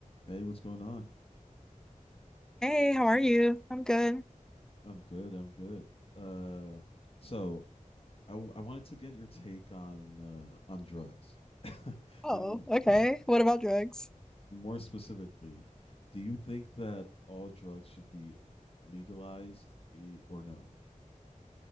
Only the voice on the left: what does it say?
Hey, what's going on?
I'm good. I'm good. Uh, so I w- I wanted to get your take on uh on drugs, <laughs>
and
and
more specifically, do you think that all drugs should be legalized e- or no?